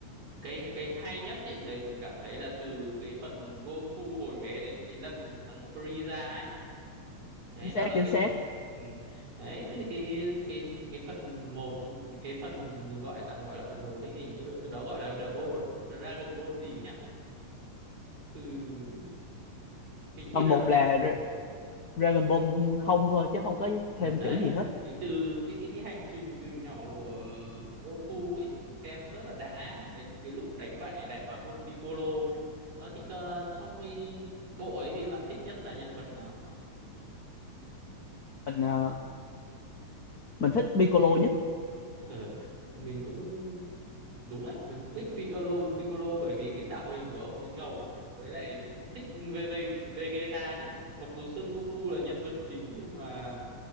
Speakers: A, on the right (about 60°); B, on the left (about 65°).
A: cái cái hay nhất ý thì mình cảm thấy là từ cái phần Goku hồi bé đến cái lần thắng Frieza ấy đấy
B: chính
A: đó
B: xác
A: là
B: chính
A: cái
B: xác
A: ừ. đấy từ cái cái cái phần một cái phần mình gọi tạm gọi là phần một ấy thì như đó gọi là Double Dragon Ball gì nhỉ từ hình như
B: phần
A: là
B: một là Ra- Dragon Ball không thôi chứ không có
A: Ừ,
B: thêm
A: đấy
B: chữ gì hết
A: Đấy, từ cái cái cái hành trình từ nhỏ của Goku ấy xem rất là đã á. đến cái lúc đánh bại đại ma vương Piccolo ấy đó thì ờ, trong cái bộ ấy thì bạn thích nhất là nhân vật nào <laughs>
B: mình ờ, mình thích Piccolo nhất
A: Ờ, mình cũng đúng đấy mình cũng thích Piccolo Piccolo bởi vì cái tạo hình của ông ấy ngầu nhỉ với lại mình cũng thích VV Vegeta nhé mặc dù Son Goku là nhân vật chính nhưng mà